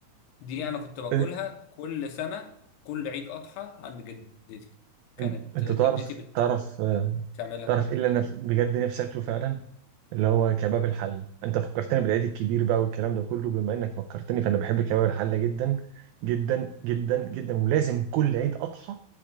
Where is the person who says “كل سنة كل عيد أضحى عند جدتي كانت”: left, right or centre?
Left